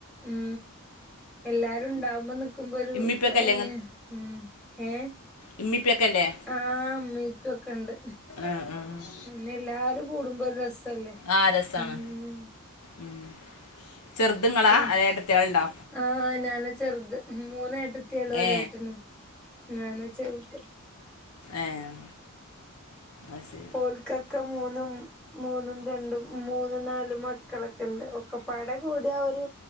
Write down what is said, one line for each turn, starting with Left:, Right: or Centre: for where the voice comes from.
Centre: ഉം എല്ലാരുണ്ടാവുമ്പോ ന്ക്കുമ്പാെരു
Left: ഇമ്മിപ്പൊക്കെ അല്ലേ
Centre: ഏ്ഹ് ഉം ഏഹ്
Left: ഇമ്മീം ഇപ്പെക്കല്ലേ
Centre: ആഹ് ഉമ്മീം ഇപ്പെക്കെണ്ട്
Left: ആഹ് ആഹ്
Centre: പിന്നെല്ലാരും കൂടുമ്പൊരു രസല്ലേ
Left: ആ രസാണ്
Centre: ഉം
Left: ഉം ചെർത് ഇങ്ങളാ
Centre: ഉം
Left: അതാ ഏട്ടത്ത്യാള്ണ്ടാ
Centre: ആഹ് ഞാനാ ചെർത് മൂന്നേഏട്ടത്ത്യാള് ഒരു
Left: ഏ
Centre: ഏട്ടനും ഞാനാ ചെർത്
Left: ഏഹ് അഅ്ശരി
Centre: ഇൻക്കാെക്കെ മൂന്നും മൂന്നും രണ്ടും മൂന്നും നാലും മക്കളൊക്കെ ഉണ്ട് ഒക്കെ പാടെ കൂട്യാ ഒരു